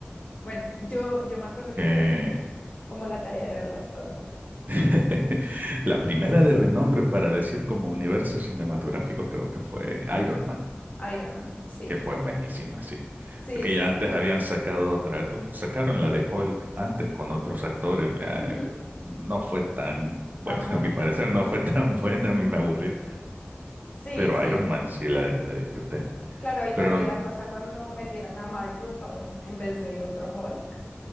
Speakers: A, on the left; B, on the right.
A: Bueno, yo, yo me acuerdo
B: Eh,
A: que yo he hecho como la tarea de verlas todas.
B: <laughs> la primera de renombre para decir como universo cinematográfico creo que fue Iron Man,
A: Iron Man, sí,
B: que fue
A: sí.
B: buenísima, sí.
A: Sí,
B: Porque
A: sí,
B: ya
A: sí.
B: antes habían sacado otra, sacaron la de Hulk antes con otros actores. vea,
A: Ujú,
B: eh, No fue tan, bueno,
A: Tan
B: <laughs>
A: buena.
B: a mi parecer no fue tan buena, a mí me aburrió.
A: Sí,
B: Pero
A: sí.
B: Iron Man sí la, la disfruté.
A: Claro, ahí
B: Pero,
A: cambió la cosa cuando metieron a Mark Ruffalo en vez del otro Hulk.